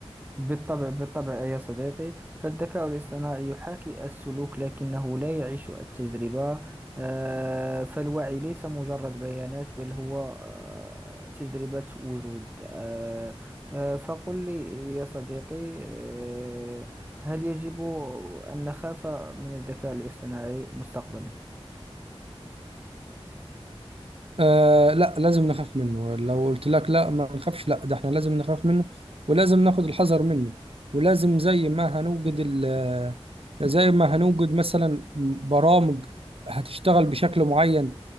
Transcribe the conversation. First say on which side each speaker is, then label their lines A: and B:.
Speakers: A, on the right; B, on the right.
A: بالطبع بالطبع يا صديقي فالذكاء الاصطناعي يحاكي السلوك لكنه لا يعيش التجربة آه، فالوعي ليس مجرد بيانات بل هو آه، تجربة وجود آه، آه، فقل لي يا صديقي آه، هل يجب أن نخاف من الذكاء الاصطناعي مستقبلا؟
B: آه لا لازم نخاف منه لو قلت لك لا ما نخافش لا ده احنا لازم نخاف منه ولازم ناخد الحذر منه ولازم زي ما هنوجد ال آه، زي ما هنوجد مثلا برامج هتشتغل بشكل معين